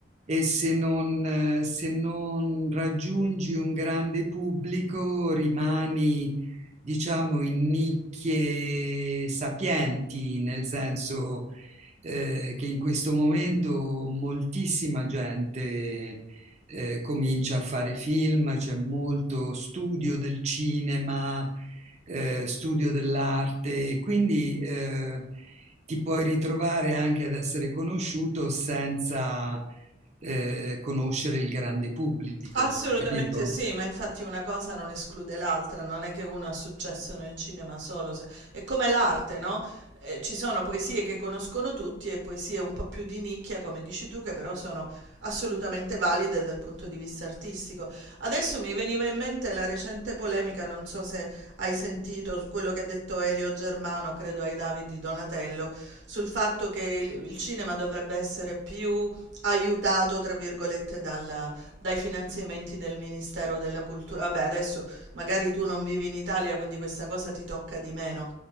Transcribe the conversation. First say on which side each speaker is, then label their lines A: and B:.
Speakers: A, on the right; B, on the right.
A: e se non, eh, se non raggiungi un grande pubblico rimani, diciamo, in nicchie sapienti, nel senso eh, che in questo momento moltissima gente eh, comincia a fare film, c'è molto studio del cinema, eh, studio dell'arte, quindi eh, ti puoi ritrovare anche ad essere conosciuto senza eh, conoscere il grande pubblico,
B: Assolutamente
A: capito?
B: sì, ma infatti una cosa non esclude l'altra, non è che uno ha successo nel cinema solo, se- è come l'arte, no? Eh, ci sono poesie che conoscono tutti e poesie un po' più di nicchia, come dici tu, che però sono assolutamente valide dal punto di vista artistico. Adesso mi veniva in mente la recente polemica, non so so se hai sentito quello che ha detto Elio Germano, credo ai Davidi Donatello, sul fatto che il, il cinema dovrebbe essere più aiutato, tra virgolette, dal- dai finanziamenti del Ministero della Cultura. Vabbè, adesso magari tu non vivi in Italia, quindi questa cosa ti tocca di meno.